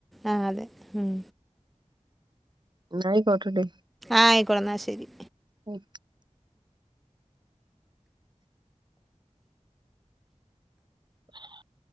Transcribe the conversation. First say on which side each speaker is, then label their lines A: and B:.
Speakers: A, in the centre; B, on the right.
A: ആഹ് അതെ ഉം
B: <unintelligible>
A: ആയിക്കോളന്നാ ശരി
B: <inaudible> <inaudible>